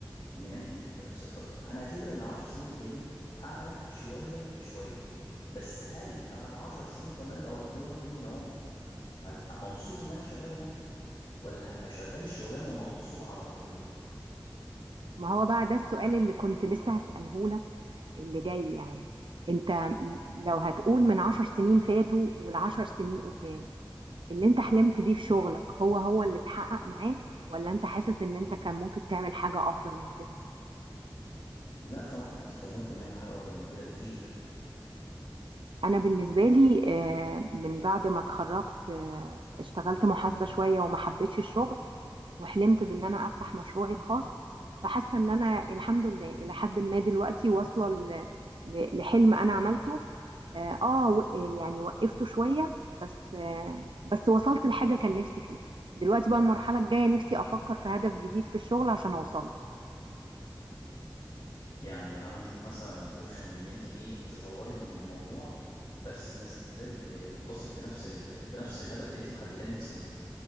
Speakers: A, on the left; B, on the right.
A: منجد بنفس الطريقه هنعتبر ان العشر سنين الجايين هعلى شويه بشويه بس هل بعد عشر سنين كمان لو ربنا اداني العمر هبقى مبسوط ان انا شغال منجد ولا هبقى شغال الشغلانه مغصوب على امري
B: ما هو بقى ده السؤال اللي كنت لسه هسأله لك اللي جاي يعني انت م- لو هتقول من عشر سنين فاتوا والعشر سنين قدام اللي انت حلمت بيه في شغلك هو هو اللي اتحقق معاك ولا انت حاسس ان انت كان ممكن تعمل حاجة افضل من كده
A: لا طبعا اكيد كان ممكن نعمل حاجه افضل من كده بكتير
B: انا بالنسبة لي آه، من بعد ما اتخرجت آه، اشتغلت محاسبة شوية وما حبيتش الشغل وحلمت بان انا افتح مشروعي الخاص فحاسة ان انا الحمد لله الى حد ما دلوقتي واصلة ل- ل- لحلم انا عملته اه آه، و- آه، يعني وقفته شوية بس آه، بس وصلت لحاجة كان نفسي فيها دلوقتي بقى المرحلة الجاية نفسي افكر في هدف جديد في الشغل عشان اوصل له
A: يعني عندك مثلا اوبشن ان انت ايه تطوري من الموضوع بس ما زال آه، متصل بنفس ال... بنفس الهدف اللي انت محدداه من سنين